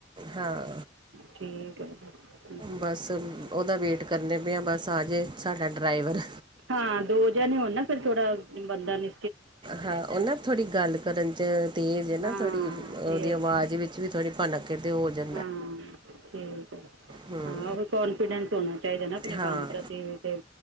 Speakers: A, on the right (about 25°); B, on the right (about 75°).
A: ਹਾਂ
B: ਠੀਕ ਹੈ ਜੀ
A: ਬਸ ਉਹਦਾ ਵੇਟ ਕਰਨੇ ਪਏਿਆ ਬਸ ਆ ਜੇ ਸਾਡਾ ਡਰਾਈਵਰ
B: ਹਾਂ ਦੋ ਜਣੇ ਹੋਣ ਨਾ ਫੇਰ ਥੋੜਾ ਬੰਦਾ ਨ
A: ਹਾਂ ਉਹ ਨਾ ਥੋੜ੍ਹੀ ਗੱਲ ਕਰਨ ਚ ਤੇਜ਼ ਹੈ ਨਾ
B: ਹਾਂ
A: ਥੋੜ੍ਹੀ ਉਹਦੀ
B: ਇਹ ਹੈ
A: ਆਵਾਜ਼ ਵਿੱਚ ਵੀ <unintelligible> ਕਿਦੇ ਹੋਰ ਜਾ
B: ਹਾਂ ਠੀਕ ਹੈ
A: ਹੂੰ
B: ਹਾਂ ਉਹ ਵੀ ਕਨਫੀਡੈਂਸ <unintelligible> ਚਾਹੀਦਾ ਨਾ ਆਪਣੇ
A: ਹਾਂ
B: ਕੰਮ ਪ੍ਰਤੀ ਤੇ